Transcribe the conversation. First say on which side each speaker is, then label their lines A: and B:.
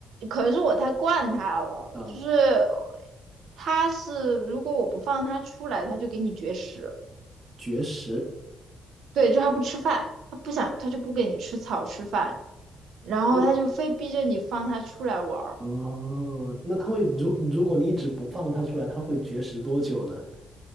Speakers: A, on the right; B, on the right.
A: 可能是我太惯它了，
B: 啊、
A: 就是它是如果我不放它出来，它就给你绝食，
B: 绝食。
A: 对，就它不吃饭，它不想它就不给你吃草吃饭，然后它就非逼着你放它出来玩儿。
B: 会哦，那它会如如果你一直不放它出来，它会绝食多久呢？